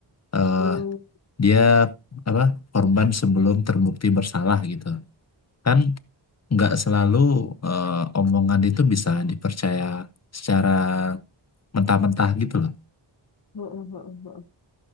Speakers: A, on the left (about 35°); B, on the left (about 55°).
A: eh,
B: Hmm,
A: dia apa korban sebelum terbukti bersalah gitu. Kan nggak selalu eh, omongan itu bisa dipercaya secara mentah-mentah gitu loh.
B: hmm, hmm, hmm, hmm.